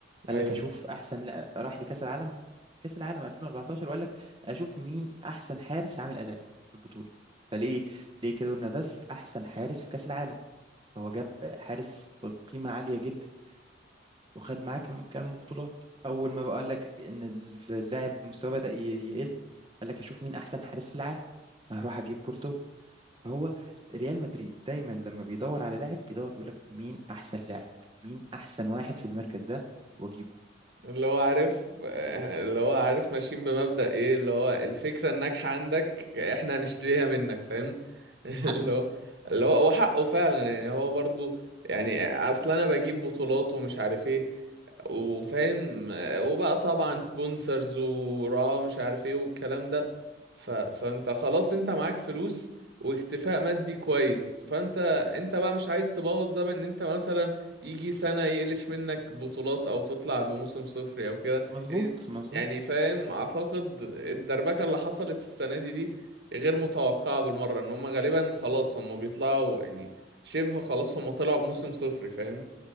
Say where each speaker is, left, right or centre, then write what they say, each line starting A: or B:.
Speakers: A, on the right; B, on the right.
A: قال
B: ايوه
A: لك اشوف احسن لا راح لكاس العالم كاس العالم 2014 وقال لك اشوف مين احسن حارس عامل اداء في البطوله فليه ليه كيلور نافاس احسن حارس في كاس العالم فهو جاب حارس بقيمه عاليه جدا وخد معاه كم كم بطولات اول ما بقى قال لك ان اللاعب مستواه بدأ ي- يقل قال لك اشوف مين احسن حارس في العالم هروح اجيب كورتوا هو ريال مدريد دايما لما بيدور على لاعب بيدور بيقول لك مين احسن لاعب مين احسن واحد في المركز ده واجيبه
B: اللي هو عارف اللي هو عارف ماشيين بمبدأ ايه اللي هو الفكرة الناجحة عندك احنا هنشتريها منك فاهم <laughs>
A: حقه
B: اللي هو اللي هو وحقه فعلا يعني هو برضو يعني اصل انا بجيب بطولات ومش عارف ايه وفاهم وبقى طبعا سبونسرز وراه مش عارف ايه والكلام ده ف... فانت خلاص انت معاك فلوس واكتفاء مادي كويس فانت انت بقى مش عايز تبوظ ده بان انت مثلا يجي سنة يقلش منك بطولات أو تطلع بموسم صفري أو كده
A: مظبوط
B: يعني
A: مظبوط
B: يعني فاهم أعتقد الدربكة اللي حصلت السنة دي دي غير متوقعة بالمرة إن هما غالبا خلاص هما بيطلعوا يعني شبه خلاص هما طلعوا بموسم صفري فاهم